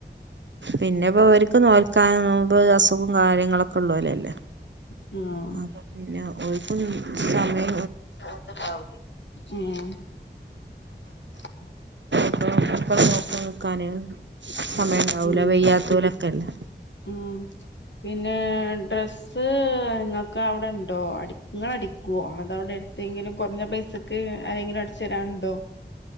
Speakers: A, on the right; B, on the left.
A: പിന്നെപ്പോ അവർക്ക് നോൽക്കാൻ നോമ്പ് അസുഖം കാര്യങ്ങളൊക്കെള്ളൂലല്ലെ
B: ഉം
A: അപ്പൊ പിന്നെ ഓൽക്കൊന്നും സമയ
B: <unintelligible> ഏഹ്
A: <inaudible> <unintelligible> നോക്കി നിക്കാന് സമയ ഇണ്ടാവൂല
B: ഉം
A: വെയ്യാതോലൊക്കെല്ലേ
B: ഉം പിന്നെ ഡ്രസ്സ് ഇങ്ങൾക്ക് അവുടെ ഇണ്ടോ അടി ഇങ്ങൾ അടിക്കോ അവുടെ എടുത്തെങ്കിലും കുറഞ്ഞ പൈസക്ക് ആരെങ്കിലും അ ച്ചരാണ്ടോ